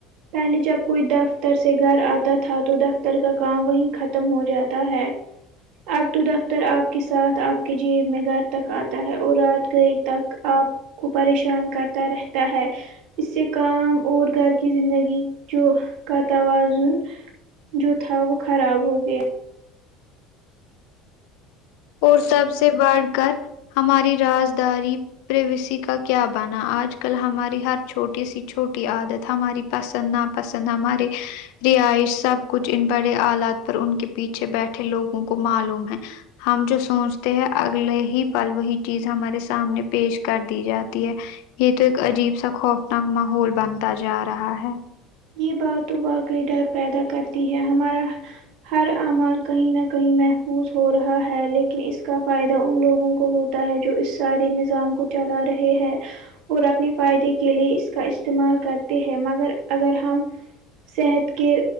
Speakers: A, on the right (about 60°); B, on the left (about 70°).
A: پہلے جب کوئی دفتر سے گھر آتا تھا تو دفتر کا کام وہیں ختم ہو جاتا ہے اب تو دفتر آپ کے ساتھ آپ کے جیب میں گھر تک آتا ہے اور رات گئے تک آپ کو پریشان کرتا رہتا ہے اس سے کام اور گھر کی زندگی جو کا توازن جو تھا وہ خراب ہو گیا
B: اور سب سے بڑھ کر ہماری رجداری پریویسی کا کیا بناا آج کل ہماری ہر چھوٹی سی چھوٹی عادت ہماری پسند نا پسند ہمارے رہائش سب کچھ ان بڑے آلات پر ان کے پیچھے بیٹھے لوگوں کو معلوم ہے ہم جو سوچتے ہیں اگلے ہی پل وہی چیز ہمارے سامنے پیش کر دی جاتی ہے یہ تو ایک عجیب سا خوفناک ماحول بنتا جا رہا ہے
A: یہ بات تو واقعی ڈر پیدا کرتی ہے ہمارا ہر اعمال کہیں نہ کہیں محفوظ ہو رہا ہے لیکن اس کا فائدہ ان لوگوں کو ہو ہے جو اس سارے نظام کو چلا رہے ہے اور اپنے فائدے کے لیے اس کا استعمال کرتے ہیں مگر اگر ہم صحت کے